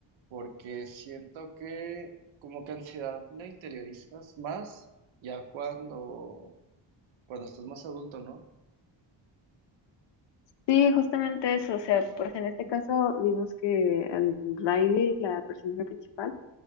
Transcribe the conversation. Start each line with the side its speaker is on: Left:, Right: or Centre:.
Right: porque siento que como que ansiedad la interiorizas más ya cuando, cuando estás más adulto, ¿no?
Left: Sí, justamente eso, o sea, pues en este caso vimos que al Riley, la personaje principal,